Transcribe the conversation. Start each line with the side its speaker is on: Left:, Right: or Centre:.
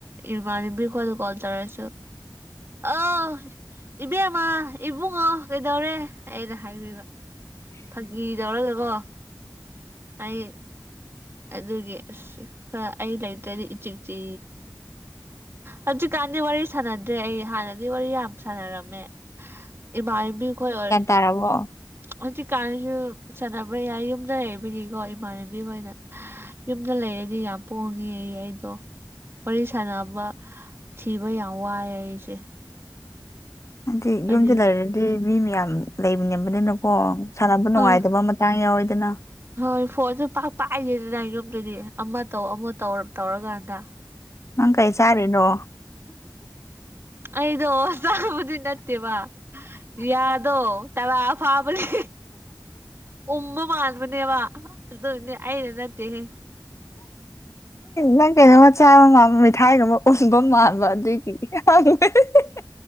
Right: ꯏꯕꯅꯥꯕꯤ ꯈꯣꯏꯅꯥ ꯀꯣꯜ ꯇꯧꯔꯁꯨ ꯑ ꯏꯕꯦꯝꯃ ꯏꯕꯨꯡꯉꯣ ꯀꯩꯗꯧꯔꯦ ꯑꯩꯅ ꯍꯥꯏꯕꯤꯕ ꯐꯥꯒꯤ ꯇꯧꯔꯒꯀꯣ ꯑꯩ ꯑꯗꯨꯒꯤ ꯑꯁ ꯈꯔ ꯑꯩ ꯂꯩꯇ꯭ꯔꯗꯤ ꯆꯤꯛ ꯆꯤ ꯍꯧꯖꯤꯛꯀꯥꯟꯗꯤ ꯋꯥꯔꯤ ꯁꯥꯟꯅꯗ꯭ꯔꯦ ꯑꯩ ꯍꯥꯟꯅꯗꯤ ꯋꯥꯔꯤ ꯌꯥꯝ ꯁꯥꯟꯅꯔꯝꯃꯦ ꯏꯃꯥꯏꯕꯤꯈꯣꯏ ꯑꯣꯏ
Left: ꯇꯔꯥꯔꯕꯣ
Right: ꯍꯧꯖꯤꯛꯀꯥꯟꯅꯁꯨ ꯁꯥꯟꯅꯕ ꯌꯥꯏ ꯌꯨꯝꯗ ꯂꯩꯕꯒꯤꯀꯣ ꯏꯃꯥꯟꯅꯕꯤꯈ ꯑꯣꯏꯅ ꯌꯨꯝꯗ ꯂꯩꯔꯗꯤ ꯌꯥꯝ ꯄꯣꯡꯉꯦ ꯑꯩꯗꯣ ꯋꯥꯔꯤ ꯁꯥꯟꯅꯕ ꯊꯤꯕ ꯌꯥꯝ ꯋꯥꯏꯑꯦ ꯑꯩꯁꯦ
Left: ꯍꯥꯏꯗꯤ ꯌꯨꯝꯗ
Right: ꯑꯗꯨꯒꯤ
Left: ꯂꯩꯔꯗꯤ ꯃꯤ ꯃꯌꯥꯝ ꯂꯩꯃꯤꯟꯅꯕꯅꯤꯅꯀꯣ ꯁꯥꯟꯅꯕ ꯅꯨꯡꯉꯥꯏꯇꯕ
Right: ꯑꯥ
Left: ꯑꯃ <unintelligible> ꯌꯥꯎ ꯏꯗꯅ
Right: ꯍꯣꯏ ꯐꯣꯟꯁꯨ ꯄꯥꯛ ꯄꯥꯛꯏꯗꯦꯗꯅ ꯌꯨꯝꯗꯨꯗꯤ ꯑꯃ ꯇꯧ ꯑꯃ ꯇꯧ ꯇꯧꯔꯀꯥꯟꯗ
Left: ꯅꯪ ꯀꯩ ꯆꯥꯔꯤꯅꯣ
Right: ꯑꯩꯗꯣ ꯆꯒꯕꯨꯗꯤ ꯅꯠꯇꯦꯕ ꯌꯥꯗꯣ ꯇꯔꯥ ꯐꯥꯕꯅꯦ ꯎꯝꯕ ꯃꯥꯟꯕꯅꯦꯕ ꯑꯦꯗꯨꯅꯦ ꯑꯩꯅꯥ ꯅꯠꯇꯦ ꯍꯦ
Left: ꯅꯪ ꯀꯩꯅꯣꯃ ꯆꯥꯕ ꯃꯥꯟꯕ ꯃꯊꯥꯏꯒꯨꯝꯕ ꯎꯟꯕ ꯃꯥꯟꯕ ꯑꯗꯨꯏꯒꯤ <unintelligible>